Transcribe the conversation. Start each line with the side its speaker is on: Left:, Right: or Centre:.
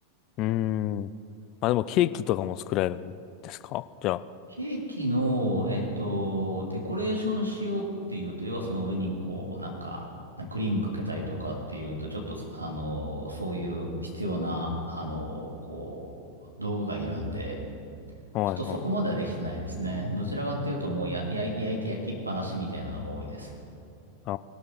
Left: うん。うんまあでもケーキとかも作られるんですかじゃ
Right: ケーキの、えっと、デコレーションしようっていうと、要はその上にこう、なんか、クリームかけたりとかっていうと、ちょっと、あの、そういう必要な、あの、こう、道具がいるんで、
Left: あ。はいはい。
Right: ちょっとそこまではできてないですね。どちらかっていうと、もうや、や、焼いて焼きっぱなしみたいなのが多いです。
Left: あ